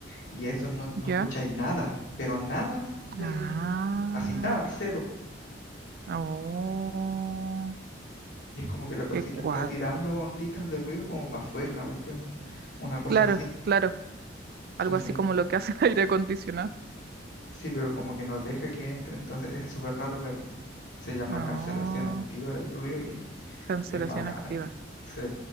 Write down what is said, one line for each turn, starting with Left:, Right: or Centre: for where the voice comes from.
Left: Y eso no, no escucháis
Right: ya.
Left: nada, pero nada de,
Right: Ah,
Left: así nada, cero.
Right: oh,
Left: Y es como que la cosita
Right: qué cual.
Left: está tirando onditas de ruido como para afuera, una cuestión, una cosa
Right: Claro,
Left: así.
Right: claro, algo
Left: Entonces,
Right: así como lo que hace el aire acondicionado.
Left: sí, pero como que nos deja que entre. Entonces es súper raro, pero se llama
Right: Oh,
Left: cancelación activa del ruido y,
Right: cancelación
Left: y es bacán.
Right: activa.
Left: Sí,